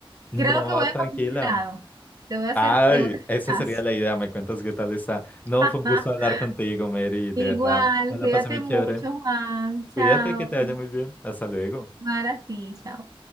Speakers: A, on the left (about 15°); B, on the right (about 40°).
A: No,
B: Creo que voy
A: tranquila.
B: a comer un helado. Te voy a hacer,
A: Ay,
B: te voy a hacer
A: esa
B: caso.
A: sería la idea. Me cuentas qué tal está. No,
B: <laughs>
A: fue un gusto hablar contigo, Mary. De
B: Igual,
A: verdad, me la
B: cuídate
A: pasé muy chévere.
B: mucho, Juan. Chao.
A: Cuídate, que te vaya muy bien. Hasta luego.
B: Para ti, chao.